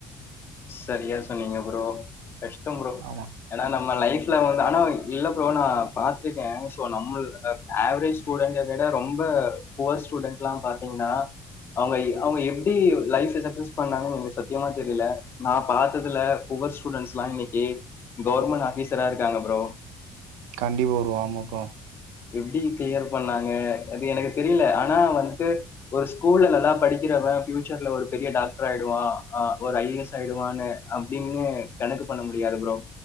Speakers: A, on the left; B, on the right.
A: சரியா சொன்னீங்க ப்ரோ கஷ்டோ ப்ரோ
B: ஆமா
A: எல்லா நம்ம லைஃப்ல வந்து ஆனா இல்ல ப்ரோ நா பாத்து கே சோ நம்முள் அ ஆவ்ரேஜ் ஸ்டூடெண்ட விட ரொம்ப புவர் ஸ்டூடெண்ட்லா பாத்தீங்கன்னா அவங்க அவங்க எப்டி லைஃப்ல சக்சஸ் பண்ணாங்கன்னு என்கு சத்தியமா தெரில நா பாத்ததுல புவர் ஸ்டூடெண்ட்ஸ்லா இன்னைக்கு கவர்மெண்ட் ஆஃபீஸரா இருக்காங்க ப்ரோ
B: கண்டிப்பா ப்ரோ ஆமா ப்ரோ
A: எப்டி கிளியர் பண்ணாங்க அது எனக்கு தெரில ஆனா வந்துட்டு ஒரு ஸ்கூல்ல நல்லா படிக்கிறவ ஃபியூச்சர்ல ஒரு பெரிய டாக்டர் ஆயிடுவா அ ஒரு ஐ ஏ எஸ் ஆயிடுவான்னு அப்டின்னு கணக்கு பண்ண முடியாது ப்ரோ